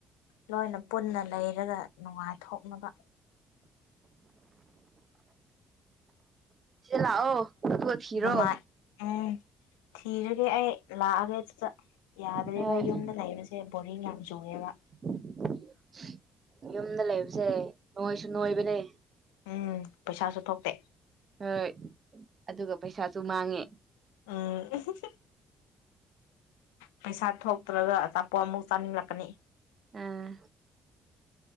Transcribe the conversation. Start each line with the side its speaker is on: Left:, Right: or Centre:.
Left: ꯂꯣꯏꯅ ꯄꯨꯟꯅ ꯂꯩꯔꯒ ꯅꯨꯡꯉꯥꯏꯊꯣꯛꯅꯕ
Right: ꯁꯤ ꯂꯑꯣ ꯑꯗꯨꯒ ꯊꯤꯔꯣ
Left: ꯅꯨꯡꯉꯥꯏ ꯎꯝ ꯊꯤꯔꯒꯦ ꯑꯩ ꯂꯥꯛꯑꯒꯦ ꯑꯇꯨꯇ ꯌꯥꯗ꯭ꯔꯦꯕ
Right: ꯍꯣꯏ
Left: ꯌꯨꯝꯗ ꯂꯩꯕꯁ ꯁꯦ ꯕꯣꯔꯤꯡ ꯌꯥꯝ ꯆꯨꯑꯦꯕ
Right: <unintelligible> ꯌꯨꯝꯗ ꯂꯩꯕꯁꯦ ꯅꯣꯏꯁꯨ ꯅꯣꯏꯕꯅꯦ
Left: ꯎꯝ ꯄꯩꯁꯥꯁꯨ ꯊꯣꯛꯇꯦ
Right: ꯍꯣꯏ ꯑꯗꯨꯒ ꯄꯩꯁꯥꯁꯨ ꯃꯥꯡꯉꯤ
Left: ꯎꯝ <unintelligible> ꯄꯩꯁꯥ ꯊꯣꯛꯇ꯭ꯔꯒ ꯑꯆꯥꯄꯣꯠ ꯑꯃꯨꯛ ꯆꯥꯅꯤꯡꯂꯛꯀꯅꯤ
Right: ꯑꯥ